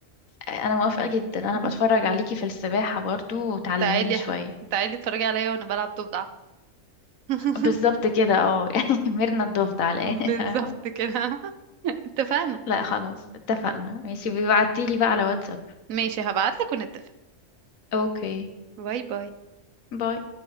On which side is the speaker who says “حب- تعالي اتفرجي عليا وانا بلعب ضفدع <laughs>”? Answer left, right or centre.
Right